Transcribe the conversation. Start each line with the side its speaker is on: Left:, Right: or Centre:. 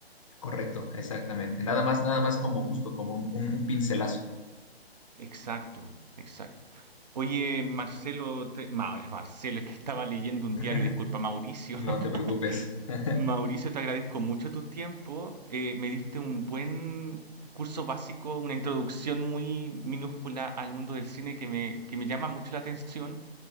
Left: Correcto, exactamente. Nada más, nada más como justo, como un, un- un pincelazo.
Right: Exacto, exacto. Oye, Marcelo, te- Ma- Marcelo, es que estaba leyendo un
Left: <laughs>
Right: diario, disculpa, Mauricio.
Left: No
Right: <laughs>
Left: te preocupes. <laughs>
Right: Mauricio, te agradezco mucho tu tiempo. Eh, me diste un buen curso básico, una introducción muy minúscula al mundo del cine que me, que me llama mucho la atención.